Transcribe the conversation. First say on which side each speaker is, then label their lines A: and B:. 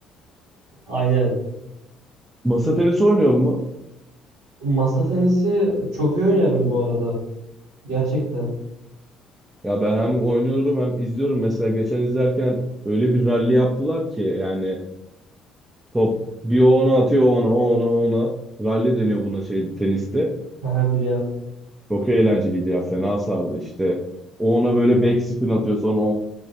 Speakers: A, on the right; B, on the right.
A: Aynen.
B: Masa tenisi oynuyor mu?
A: Masa tenisi çok iyi oynarım bu arada. Gerçekten.
B: Ya ben hem oynuyorum hem izliyorum. Mesela geçen izlerken öyle bir ralli yaptılar ki yani Top bir o ona atıyor o ona o ona o ona. Rally deniyor buna şey teniste.
A: <laughs> Haha biliyorum.
B: Çok eğlenceliydi ya fena sardı işte. O ona böyle back spin atıyor sonra o